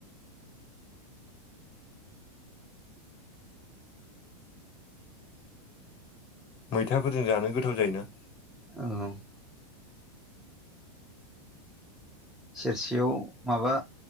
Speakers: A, on the left (about 35°); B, in the centre.
A: मैथाफोरजों जानो गोथाव जायोना?
B: औ सेरसेयाव माबा